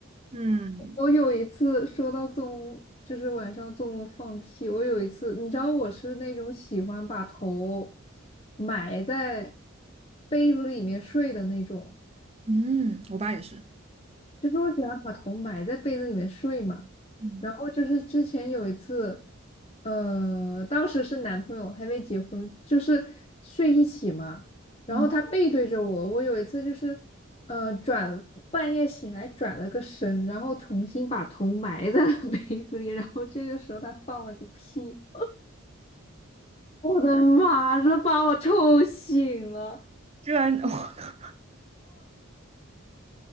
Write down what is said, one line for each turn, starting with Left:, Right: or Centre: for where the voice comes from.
Right: 嗯
Left: 我有一次说到做梦，就是晚上做梦放屁。我有一次，你知道我是那种喜欢把头埋在被子里面睡的那种。
Right: 嗯，我爸也是。
Left: 就是我喜欢把头埋在被子里面睡嘛。
Right: 嗯
Left: 然后就是之前有一次，呃，当时是男朋友还没结婚，就是睡一起嘛。然后他背对着我，
Right: 嗯
Left: 我有一次就是，呃，转半夜醒来转了个身，然后重新把头埋在了 <laughs> 被子里，然后这个时候他放了个屁，我的妈，这把我臭醒了。
Right: 居然，<laughs> 我靠，